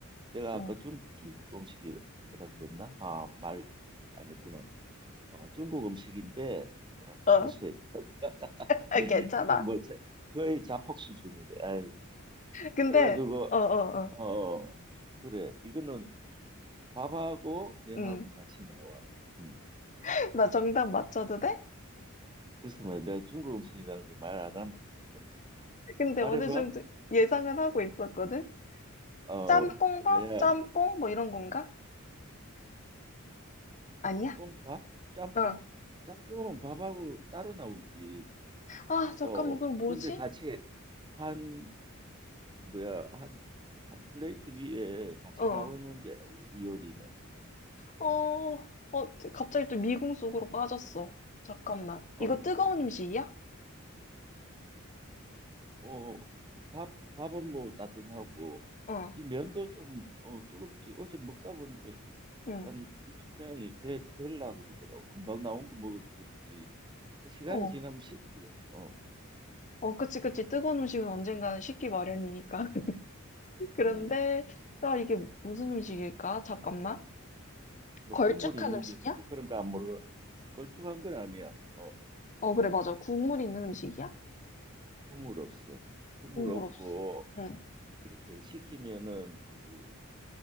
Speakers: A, on the right (about 20°); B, on the left (about 35°).
A: 내가
B: 응.
A: 아까 중, 중국 음식이라 그랬나? 아, 말 안 했구나. 어, 중국 음식인데 내가
B: 어,
A: 실수했다. <laughs>
B: 아, 괜찮아.
A: 이건 뭐 자- 거의 자폭 수준이네. 아유.
B: 근데,
A: 그래가지고
B: 어, 어, 어.
A: 어 어, 그래 이거는 밥하고 면하고
B: 응.
A: 같이 나와. 음.
B: <laughs> 나 정답 맞춰도 돼?
A: 그래서 말 내가 중국 음식이라는 걸 말 안 하면 좀 헷갈려.
B: 근데
A: 말해봐.
B: 어느 정도 예상은 하고 있었거든?
A: 어
B: 짬뽕밥?
A: 뭐야?
B: 짬뽕? 뭐 이런 건가? 아니야?
A: 짬뽕 밥? 짬뽕
B: 어.
A: 짬뽕은 밥하고 따로 나오지.
B: 아, 잠깐만,
A: 어
B: 그럼 뭐지?
A: 근데 같이 해. 한 뭐야 한 한 플레이트 위에 같이
B: 어.
A: 나오는 거야 이, 이 요리는.
B: 어, 어, 갑자기 또 미궁
A: 음.
B: 속으로 빠졌어. 잠깐만. 이거
A: 아이고,
B: 뜨거운 음식이야?
A: 음, 어, 그 밥, 밥은 뭐 따뜻하고,
B: 어,
A: 이 어. 면도 좀, 어, 뜨겁지. 어제 먹다 보니까 약간
B: 응,
A: 입천장이 되, 될라 그러더라고. 금방 나온 거 먹어서 그런지. 근데 시간이
B: 어.
A: 지나면 식지. 어,
B: 어, 그치, 그치. 뜨거운 음식은 언젠가는 식기 마련이니까. <laughs> 그런데,
A: 음.
B: 나 이게 무슨
A: 뭐,
B: 음식일까? 잠깐만.
A: 음, 뭐
B: 걸쭉한
A: 국물이 있는지
B: 음식이야?
A: 없는지 그런 거 안 모르고, 걸쭉한 건 아니야. 어, 어,
B: 어, 그래, 맞아. 국물 있는 음식이야?
A: 국물 없어. 국물
B: 국물
A: 없고,
B: 없어. 응.
A: 이렇게 시키면은 그